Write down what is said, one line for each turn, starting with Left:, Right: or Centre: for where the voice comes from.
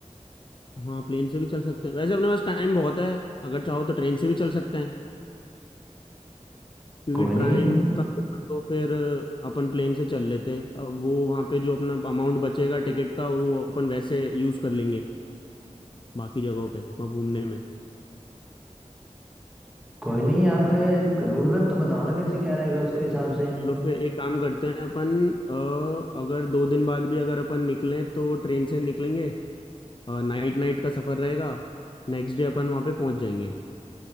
Left: हाँ प्लेन से भी चल सकते हैं वैसे अपने पास टाइम बहुत है अगर चाहो तो ट्रेन से भी चल सकते हैं क्योंकि
Centre: कोई नहीं
Left: टाइम का होगा तो फिर अपन प्लेन से चल लेते अब वो वहाँ पे जो अपना अमाउंट बचेगा टिकट का वो अपन वैसे यूज़ कर लेंगे बाकी जगहों पे वहाँ घूमने में
Centre: कोई नहीं आप रोड मैप तो बताओ ना कैसे क्या रहेगा उसके हिसाब से
Left: चलो फिर एक काम करते हैं अपन अ, अगर दो दिन बाद भी अगर अपन निकलें तो ट्रेन से निकलेंगे नाइट नाइट का सफ़र रहेगा नेक्स्ट डे अपन वहाँ पे पहुँच जाएंगे